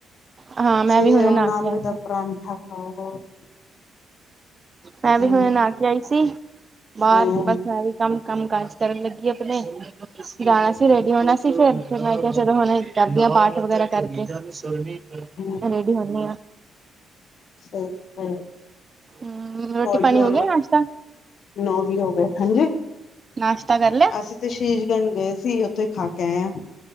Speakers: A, on the right (about 35°); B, on the left (about 65°).
A: ਹਾਂ ਮੈਂ
B: ਸਹੀ
A: ਵੀ ਹੁਣੇ
B: ਐ ਹੁਣ
A: ਨਹਾ ਕੇ
B: ਆਲੂ
A: ਆਈ
B: ਦਾ
A: ਹਾਂ
B: ਪਰਾਂਠਾ। ਹੋਰ
A: ਮੈਂ ਵੀ
B: ਹਮ
A: ਹੁਣੇ ਨਾਹ ਕੇ ਆਈ ਸੀ। ਬਾਹਰ
B: ਹਮ
A: ਬਸ ਵੀ ਕੰਮ-ਕੰਮ ਕਾਜ ਕਰਨ ਲੱਗੀਏ ਆਪਣੇ। ਅਸੀਂ ਜਾਣਾ ਸੀ ਰੈਡੀ ਹੋਣਾ ਸੀ ਫਿਰ, ਫਿਰ ਮੈਂ ਕਿਹਾ ਜਦੋ ਹੁਣ ਕਰਦੀ ਹਾ ਪਾਠ ਵਗੈਰਾ ਕਰਕੇ। <unintelligible>
B: ਹਮ
A: ਰੇਡੀ ਹੁੰਨੀ ਆ।
B: <unintelligible>
A: ਹਮ ਰੋਟੀ ਪਾਣੀ ਹੋ ਗਿਆ ਨਾਸ਼ਤਾ
B: ਨੌ ਵੀਹ ਹੋ ਗਏ। ਹਾਂਜੀ
A: ਨਾਸ਼ਤਾ ਕਰ ਲਿਆ।
B: ਅਸੀਂ ਤੇ ਸ਼ੀਸ਼ਗੰਜ ਗਏ ਸੀ, ਉੱਥੇ ਖਾ ਕੇ ਆਏ ਆ।